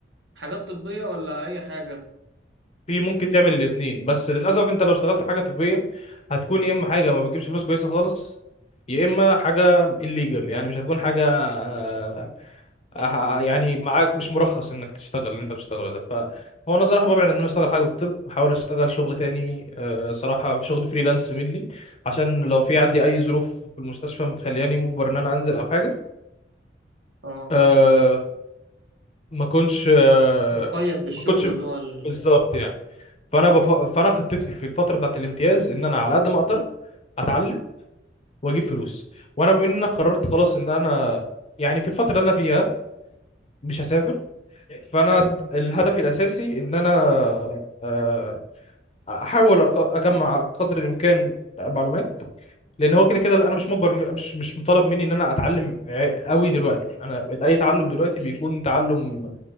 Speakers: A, on the right; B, on the left.
A: حاجات طبية ولا اي حاجة
B: في ممكن تعمل الاثنين بس للاسف انت لو اشتغلت في حاجه طبيه هتكون يا اما حاجه ما بتجيبش فلوس كويسه خالص يا اما حاجه الليجل يعني مش هتكون حاجه آه، آه،
A: قانونية
B: آه، يعني معاك مش مرخص انك تشتغل اللي انت بتشتغله ده فهو انا صراحه ببعد ان انا اشتغل حاجه بالطب بحاول اشتغل شغل تاني آه، صراحه شغل فريلانس منلي عشان لو في عندي اي ظروف في المستشفى متخلياني مجبر ان انا انزل او حاجه
A: اه
B: آه،
A: ايوه ايوه
B: ما كنتش
A: مك-
B: آه،
A: مقيد بالشغل
B: ما كنتش
A: اللي هو ال...
B: بالظبط يعني فانا بف... فانا خطتي في الفتره بتاعت الامتياز ان انا على قد ما اقدر اتعلم واجيب فلوس وانا بما ان انا قررت خلاص ان انا يعني في الفتره اللي انا فيها مش هسافر فانا
A: مم.
B: الهدف الاساسي ان انا آه، احاول أق- اجمع قدر الامكان معلومات لان هو كده كده انا مش مجبر مش مش مطالب مني ان انا اتعلم ع- قوي دلوقتي انا اي تعلم دلوقتي بيكون تعلم